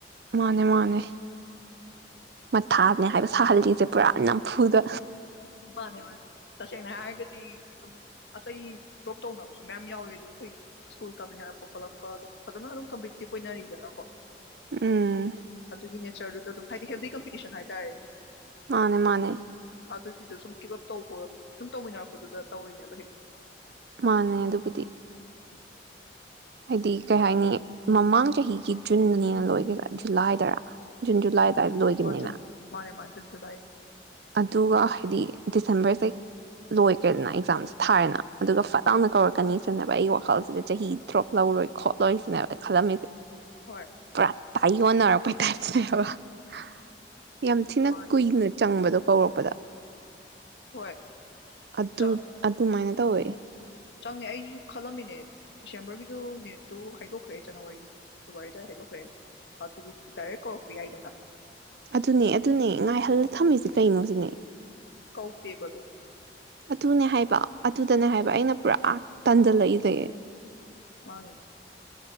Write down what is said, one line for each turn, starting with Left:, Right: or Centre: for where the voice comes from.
Right: ꯃꯥꯅꯦ ꯃꯥꯅꯦ ꯃꯊꯥꯅꯦ ꯍꯥꯏꯕ ꯁꯥꯍꯜꯂꯤꯁꯦ ꯄꯨꯔꯥ ꯅꯝꯐꯨꯗ
Left: ꯃꯥꯅꯦ ꯃꯥꯅꯦ ꯇꯁꯦꯡꯅ ꯍꯥꯏꯔꯒꯗꯤ ꯑꯗꯨꯝ ꯑꯇꯩ ꯗ꯭ꯔꯣꯞ ꯇꯧꯅꯕꯁꯨ ꯃꯌꯥꯝ ꯌꯥꯎꯋꯦ ꯑꯣ ꯑꯩꯈꯣꯏ ꯁ꯭ꯀꯨꯜ ꯇꯝꯃꯤꯟꯅꯔꯛꯄ ꯈꯣꯠꯂꯛꯄ ꯑꯗꯨꯝ ꯐꯖꯅ ꯑꯗꯨꯝ ꯀꯝꯄꯤꯇꯤꯇꯤꯞ ꯑꯣꯏꯅꯔꯤꯗꯅꯀꯣ
Right: ꯎꯝ
Left: ꯑꯗꯨꯒꯤꯅꯦ ꯁꯔꯗꯨꯗ ꯑꯗꯨꯝ ꯍꯥꯏꯗꯤ ꯍꯦꯜꯗꯤ ꯀꯝꯄꯤꯇꯤꯁꯟ ꯍꯥꯏꯇꯥꯔꯦ
Right: ꯃꯥꯅꯦ ꯃꯥꯅꯦ
Left: ꯑꯗꯨꯒꯤꯗꯣ ꯁꯨꯝ ꯀꯤꯞ ꯑꯞ ꯇꯧꯕ ꯁꯨꯝ ꯇꯧꯃꯤꯟꯅꯔꯛꯄꯗꯨꯗ ꯇꯧꯔꯤꯅꯦꯕ <unintelligible>
Right: ꯃꯥꯅꯦ ꯑꯗꯨꯕꯨꯗꯤ
Left: <unintelligible>
Right: ꯍꯥꯏꯗꯤ ꯀꯩ ꯍꯥꯏꯅꯤ ꯃꯃꯥꯡ ꯆꯍꯤꯒꯤ ꯖꯨꯟꯗꯅꯤꯅ ꯂꯣꯏꯒꯤꯗꯣ ꯖꯨꯂꯥꯏꯗꯔ ꯖꯨꯟ ꯖꯨꯂꯥꯏ ꯑꯗꯨꯋꯥꯏꯗ ꯂꯣꯏꯈꯤꯕꯅꯤꯅ
Left: ꯑꯥ ꯖꯨꯟ ꯃꯥꯅꯦ ꯃꯥꯅꯦ ꯖꯨꯟ ꯖꯨꯂꯥꯏꯗ
Right: ꯑꯗꯨꯒ ꯍꯥꯏꯗꯤ ꯗꯤꯁꯦꯝꯕꯔꯁꯦ ꯂꯣꯏꯈ꯭ꯔꯦꯗꯅ ꯑꯦꯛꯖꯥꯝꯁꯦ ꯊꯥꯔꯦꯅ ꯑꯗꯨꯒ ꯐꯠ ꯂꯥꯎꯅ ꯀꯧꯔꯛꯀꯅꯤꯁꯤꯅꯦꯕ ꯑꯩ ꯋꯥꯈꯜꯁꯤꯗ ꯆꯍꯤ ꯗ꯭ꯔꯣꯞ ꯂꯧꯔꯣꯏ ꯈꯣꯠꯂꯣꯏꯁꯤꯅꯦꯕ ꯈꯜꯂꯝꯃꯤꯁꯦ
Left: ꯍꯣꯏ
Right: ꯄ꯭ꯔ ꯇꯥꯏꯣꯟꯅꯔ <unintelligible> ꯌꯥꯝ ꯊꯤꯅ
Left: ꯃꯥꯅꯦ
Right: ꯀꯨꯏꯅ ꯆꯪꯕꯗꯣ ꯀꯧꯔꯛꯄꯗ
Left: ꯍꯣꯏ
Right: ꯑꯗꯨ
Left: ꯆꯥꯛ
Right: ꯑꯗꯨꯃꯥꯏꯅ ꯇꯧꯋꯦ
Left: ꯆꯪꯉꯦ ꯑꯩꯁꯨ ꯈꯜꯂꯝꯃꯤꯅꯦ ꯗꯤꯁꯦꯝꯕꯔꯒꯤꯗ ꯅꯦꯠꯇꯣ ꯍꯥꯏꯗꯣꯛꯈ꯭ꯔꯦ ꯖꯅꯋꯥꯔꯤ ꯐꯦꯕꯋꯥꯔꯤꯗ ꯍꯥꯏꯗꯣꯛꯈ꯭ꯔꯦ ꯑꯗꯨ ꯗꯥꯏꯔꯦꯛ ꯀꯧꯔꯛꯄ ꯌꯥꯏꯗꯅ
Right: ꯑꯗꯨꯅꯦ ꯑꯗꯨꯅꯦ ꯉꯥꯏꯍꯜꯂ ꯊꯝꯃꯤꯁꯦ ꯀꯩꯅꯣ ꯁꯤꯅꯦ
Left: ꯀꯧꯗꯦꯕꯗꯣ
Right: ꯑꯗꯨꯅꯦ ꯍꯥꯏꯕ ꯑꯗꯨꯗꯅꯦ ꯍꯥꯏꯕ ꯑꯩꯅ ꯄꯨꯔꯥ ꯇꯟꯖꯜꯂꯛꯏꯁꯦ
Left: ꯃꯥꯅꯤ